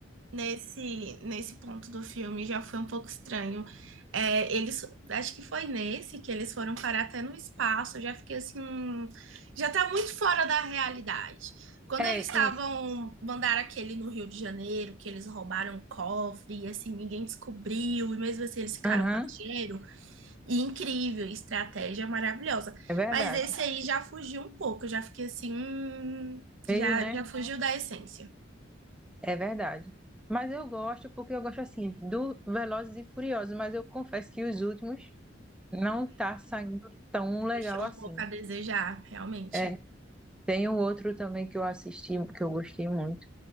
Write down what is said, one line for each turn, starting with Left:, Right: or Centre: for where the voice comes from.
Right: nesse, nesse ponto do filme já foi um pouco estranho. É, eles, acho que foi nesse que eles foram parar até no espaço. Eu já fiquei assim, hum, já tá muito fora da realidade. Quando
Centre: É
Right: eles estavam,
Centre: isso.
Right: mandaram aquele no Rio de Janeiro, que eles roubaram o cofre, e assim, ninguém descobriu, e mesmo assim eles ficaram
Centre: Aham,
Right: com o dinheiro. E incrível, estratégia maravilhosa.
Centre: é verdade.
Right: Mas esse aí já fugiu um pouco, eu já fiquei assim, hum,
Centre: Veio,
Right: já,
Centre: né?
Right: já fugiu da essência.
Centre: É verdade. Mas eu gosto porque eu gosto assim do Velozes e Furiosos, mas eu confesso que os últimos não tá saindo tão legal
Right: Deixou
Centre: assim.
Right: um pouco a desejar, realmente.
Centre: É, tem um outro também que eu assisti, que eu gostei muito.